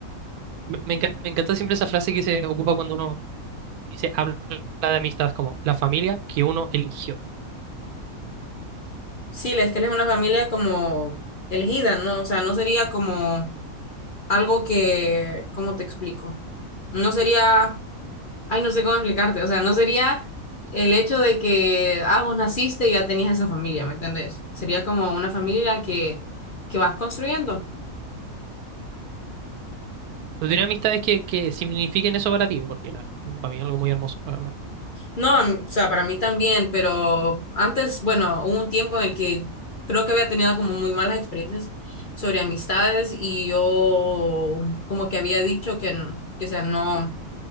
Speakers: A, on the right (about 85°); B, on the left (about 45°).
A: Me, me encanta, me encanta siempre esa frase que se ocupa cuando uno se habla de amistades como la familia que uno eligió.
B: Sí, es que él es una familia como elegida, ¿no? O sea, no sería como algo que, ¿cómo te explico? No sería Ay, no sé cómo explicarte. O sea, no sería el hecho de que, ah, vos naciste y ya tenías esa familia, ¿me entendés? Sería como una familia que, que vas construyendo.
A: ¿Tú tienes amistades que, que signifiquen eso para ti? Porque la- para mí es algo muy hermoso, la verdad.
B: No, a mí- o sea, para mí también, pero antes, bueno, hubo un tiempo en el que creo que había tenido como muy malas experiencias sobre amistades y yo como que había dicho que, n- que o sea, no,